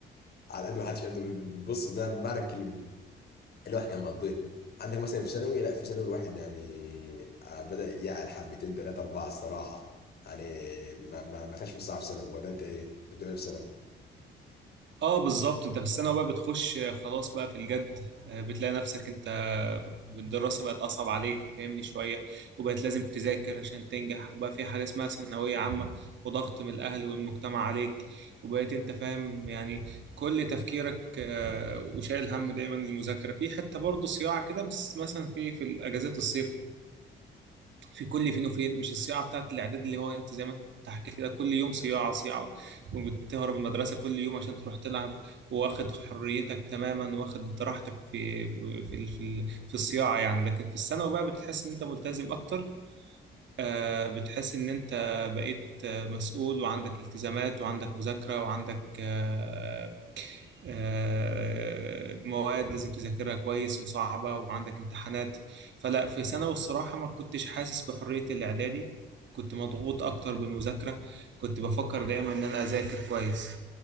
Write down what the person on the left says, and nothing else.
على قده ما حدش قده بص بمعنى بمعنى الكلمه الواحد كان مقضيه عندك مثلا في ثانوي لا في ثانوي الواحد يعني آه، بدأ يعلى حبتين ثلاثة أربعة الصراحة يعني ما ما ما كانش في صعب في ثانوي ولا أنت إيه كنت بتعمل في ثانوي